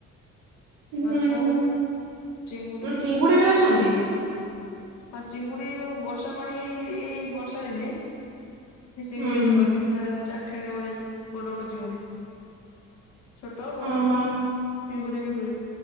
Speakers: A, on the left; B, on the right.
A: ମାଛ,
B: ହୁଁ।
A: ଚିଙ୍ଗୁଡ଼ି
B: ଚିଙ୍ଗୁଡି ବି
A: ସବୁ।
B: ଅଛନ୍ତି?
A: ହଁ ଚିଙ୍ଗୁଡି ଯୋଉ ବର୍ଷା ପାଣି ଏଇ ଏଇ ବର୍ଷା ଦିନେ ସେ ଚିଙ୍ଗୁଡି
B: ହୁଁ
A: ଧରନ୍ତି
B: ହୁଁ।
A: ପୁରା ଚାଖେଣ୍ଡେ ଭଳିଆ ବଡ ବଡ ଚିଙ୍ଗୁଡି। ଛୋଟ ବଡ
B: ହୁଁ ହୁଁ
A: ଚିଙ୍ଗୁଡି ବି ହୁଏ